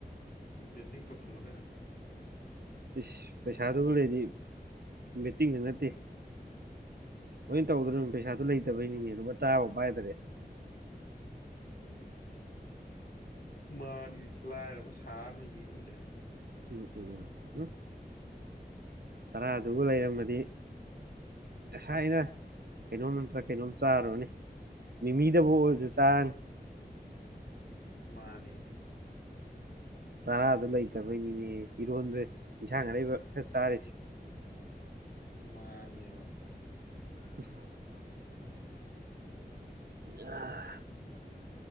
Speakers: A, on the left; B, on the right.
A: ꯕꯦꯠꯇꯤꯡ ꯇꯧꯁꯜꯂꯨ ꯀꯩꯅꯣ
B: ꯏꯁ ꯄꯩꯁꯥꯗꯨꯕꯨ ꯂꯩꯔꯗꯤ ꯕꯦꯠꯇꯤꯡꯗ ꯅꯠꯇꯦ ꯂꯣꯏ ꯇꯧꯗ꯭ꯔꯨꯔꯤꯅꯦ ꯄꯩꯁꯥꯗꯨ ꯂꯩꯇꯕꯩꯅꯤꯅꯦ
A: ꯑꯣ
B: ꯂꯨꯄ ꯇꯔꯥꯐꯎ ꯄꯥꯏꯗ꯭ꯔꯦ
A: ꯃꯥꯅꯤꯅꯦ ꯂꯥꯏꯔꯕ ꯁꯥꯔꯅꯣ ꯌꯦꯡꯅꯤꯡꯗ꯭ꯔꯦ
B: ꯎꯝ ꯎꯝ ꯎꯝ ꯎꯝ ꯇꯔꯥꯗꯨꯕꯨ ꯂꯩꯔꯝꯃꯗꯤ ꯉꯁꯥꯏꯅ ꯀꯩꯅꯣꯝ ꯅꯠꯇ꯭ꯔ ꯀꯩꯅꯣꯝ ꯆꯥꯔꯨꯔꯅꯤ ꯃꯤꯃꯤꯗꯕꯨ
A: ꯎꯝ
B: ꯑꯣꯏꯔꯁꯨ ꯆꯥꯔꯅꯤ
A: ꯃꯥꯅꯤꯅꯦ
B: ꯇꯔꯥꯗꯨ ꯂꯩꯇꯕꯩꯅꯤꯅꯦ ꯏꯔꯣꯟꯗ꯭ꯔꯦ ꯏꯟꯁꯥꯡ ꯑꯔꯩꯕ ꯈꯔ ꯆꯥꯔꯤꯁꯦ
A: ꯃꯥꯅꯦꯕ
B: <inaudible> ꯑꯥ